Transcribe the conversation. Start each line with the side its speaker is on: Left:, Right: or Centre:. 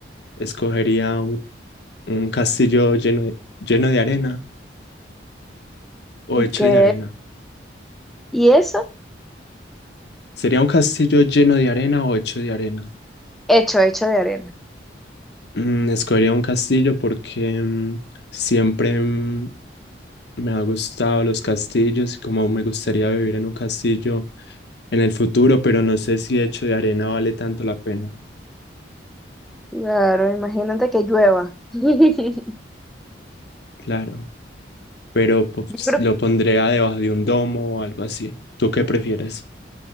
Left: escogería un Un castillo lleno de, lleno de arena o hecho
Centre: ¿Qué?
Left: de arena.
Centre: ¿Y eso?
Left: ¿Sería un castillo lleno de arena o hecho de arena?
Centre: Hecho, hecho de arena.
Left: Mm, escogería un castillo porque mm, siempre mm, me ha gustado los castillos y como me gustaría vivir en un castillo en el futuro, pero no sé si hecho de arena vale tanto la pena.
Centre: Claro, imagínate que llueva. <laughs>
Left: Claro, pero pues,
Centre: Yo creo,
Left: lo pondría debajo de un domo o algo así. ¿Tú qué prefieres?